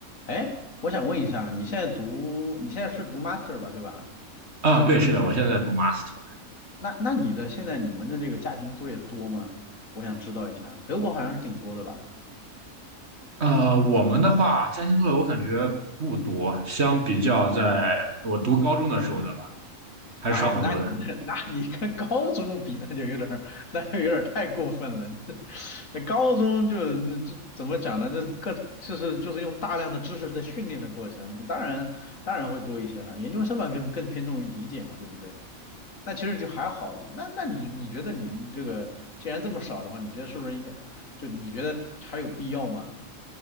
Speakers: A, on the left; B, on the right.
A: 哎，我想问一下，你现在读，你现在是读 master 吧，对吧？
B: 啊，对，是的，我现在在读 master。
A: 那那你的现在你们的那个家庭作业多吗？我想知道一下，德国好像是挺多的吧？
B: 呃，我们的话，家庭作业我感觉不多，相比较在我读高中的时候的吧，还是少很多的。
A: 哎，那你那那你跟高中比，那就有点儿，那就有点儿太过分了。<laughs> 那高中就那这怎么讲呢？这各就是就是用大量的知识在训练的过程，当然当然会多一些了。研究生嘛，更更偏重于理解嘛，对不对？那其实就还好了。那那你你觉得你这个既然这么少的话，你觉得是不是应该就你觉得还有必要吗？